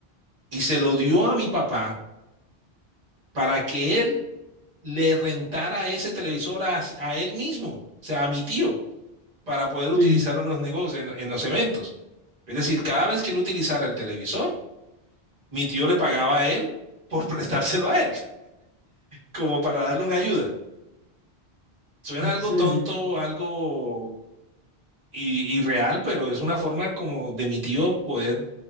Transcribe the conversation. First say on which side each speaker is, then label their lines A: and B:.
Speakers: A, on the right (about 40°); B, on the right (about 80°).
A: y se lo dio a mi papá para que él le rentara ese televisor a, a él mismo, o sea, a mi tío, para poder utilizarlo
B: sí, sí,
A: en los negocios, en, en los eventos. Es decir, cada vez que él utilizara el televisor, mi tío le pagaba a él por <laughs> prestárselo a él, como para darle una ayuda. Suena
B: en
A: algo
B: serio.
A: tonto, algo i- irreal, pero es una forma como de mi tío poder